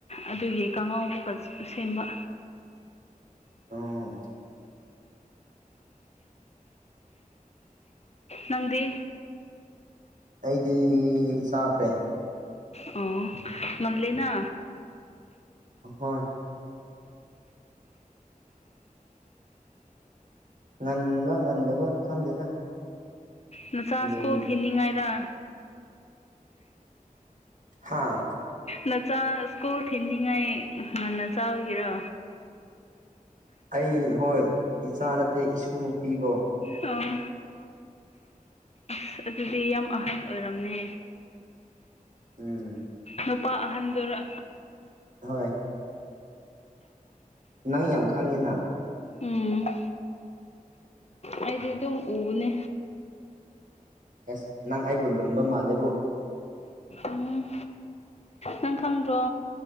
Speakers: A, on the left; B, on the right.
A: ꯑꯗꯨꯒꯤ ꯀꯥꯡꯉꯥꯎ ꯑꯃꯨꯛꯀ ꯁꯦꯝꯕ
B: ꯑꯣ
A: ꯅꯪꯗꯤ
B: ꯑꯩꯗꯤ ꯆꯥꯈ꯭ꯔꯦ
A: ꯑꯣ ꯉꯟꯂꯦꯅ
B: ꯍꯣꯏ ꯉꯟꯕ ꯉꯟꯗꯕ ꯈꯪꯗꯦꯗ
A: ꯅꯆꯥ
B: ꯑꯗꯨꯝ
A: ꯁ꯭ꯀꯣꯜ ꯊꯤꯅꯤꯡꯉꯥꯏꯔ
B: ꯍꯥꯥ
A: ꯅꯆꯥ ꯁ꯭ꯀꯨꯜ ꯊꯤꯟꯅꯤꯡꯉꯥꯏ ꯉ ꯅꯆꯥ ꯑꯣꯏꯒꯦꯔꯥ
B: ꯑꯩ ꯍꯣꯏ ꯏꯆꯥ ꯅꯠꯇꯦ ꯏꯁꯨ ꯅꯨꯄꯤꯀꯣ
A: ꯑꯥ ꯑꯁ ꯑꯗꯨꯗꯤ ꯌꯥꯝ ꯑꯍꯟ ꯑꯣꯏꯔꯝꯅꯦ
B: ꯎꯝ
A: ꯅꯨꯄꯥ ꯑꯍꯟꯗꯨꯔ
B: ꯍꯣꯏ ꯅꯪ ꯌꯥꯝ ꯈꯪꯉꯦꯅ
A: ꯎꯝ ꯑꯩꯗꯤ ꯑꯗꯨꯝ ꯎꯕꯅꯦ
B: ꯑꯦꯁ ꯅꯪ ꯑꯩꯕꯨ ꯂꯨꯝꯕ ꯃꯥꯜꯂꯤꯕꯨ
A: ꯎꯝ ꯅꯪ ꯈꯪꯗ꯭ꯔꯣ